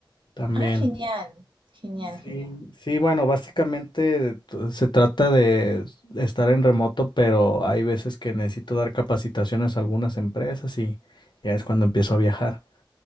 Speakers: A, on the left (about 60°); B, on the right (about 75°).
A: también.
B: Ah, genial, genial, genial.
A: Sí, sí, bueno, básicamente t- se trata de s- estar en remoto, pero hay veces que necesito dar capacitaciones a algunas empresas y ya es cuando empiezo a viajar